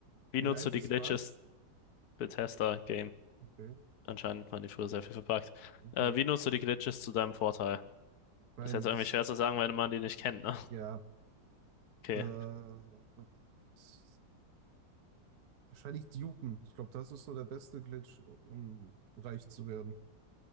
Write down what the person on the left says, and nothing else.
Wie
nutzt
du die
Glitches
Bethesda-Game?
Anscheinend waren die früher sehr viel verpackt.
Äh, wie nutzt du die Glitches zu deinem Vorteil?
Ist jetzt irgendwie
schwer zu sagen, weil man die nicht kennt, ne? <laughs>
Okay.